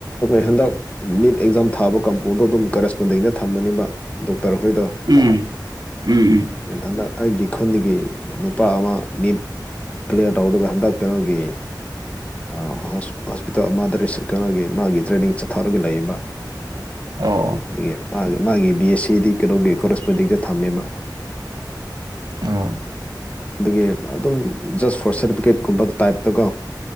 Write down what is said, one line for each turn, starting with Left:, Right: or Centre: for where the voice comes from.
Left: ꯍꯟꯗꯛ ꯅꯤꯠ ꯑꯦꯛꯖꯥꯝ ꯊꯥꯕ ꯀꯝꯄꯨꯗꯣ ꯑꯗꯨꯝ ꯀꯔꯦꯁꯄꯣꯟꯗꯤꯡꯗ ꯊꯝꯕꯅꯦꯕ ꯇꯧꯔꯛꯈꯩꯗꯣ
Right: ꯎꯝ ꯎꯝ ꯎꯝ
Left: ꯑꯩꯅ ꯍꯟꯗꯛ ꯑꯩꯒꯤ ꯈꯨꯟꯗꯒꯤ ꯅꯨꯄꯥ ꯑꯃ ꯅꯤꯠ ꯀ꯭ꯂꯤꯌꯥꯔ ꯇꯧꯔꯒ ꯍꯟꯗꯛ ꯀꯩꯅꯣꯒꯤ ꯑ ꯍꯣꯁ ꯍꯣꯁꯄꯤꯇꯥꯜ ꯑꯃꯗ ꯄꯦꯁꯀꯅꯒꯤ ꯃꯥꯒꯤ ꯇ꯭ꯔꯦꯅꯤꯡ ꯆꯠꯊꯔꯒ ꯂꯩꯏꯕ
Right: ꯑꯣ
Left: ꯑꯗꯨꯒꯤ ꯃꯥꯒꯤ ꯃꯥꯒꯤ ꯕꯤ ꯑꯦꯁ ꯁꯤꯗꯤ ꯀꯩꯅꯧꯒꯤ ꯀꯣꯔꯦꯁꯄꯣꯟꯗꯤꯡꯗ ꯊꯝꯃꯦꯕ
Right: ꯑꯣ
Left: ꯑꯗꯨꯒꯤ ꯑꯗꯨꯝ ꯖꯁ ꯐꯣꯔ ꯁꯔꯇꯤꯐꯤꯀꯦꯠꯀꯨꯝꯕ ꯇꯏꯞꯇꯀꯣ